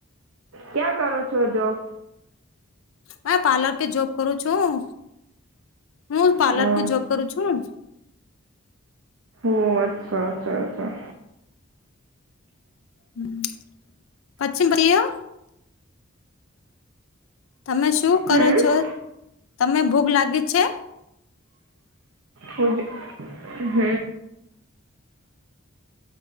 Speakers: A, on the right (about 75°); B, on the left (about 75°).
A: ક્યાં કરો છો જોબ?
B: હ પાર્લર કે જોબ કરું છું હું પાર્લર
A: હમ,
B: કો જબ કરુ છું.
A: ઓ અચ્છા અચ્છા અચ્છા.
B: હમ પ્છિમ પછયો- - <unintelligible> તમે શું કરો
A: હમ
B: છો તમે ભૂખ લાગી છે?
A: હજ હમ. <unintelligible>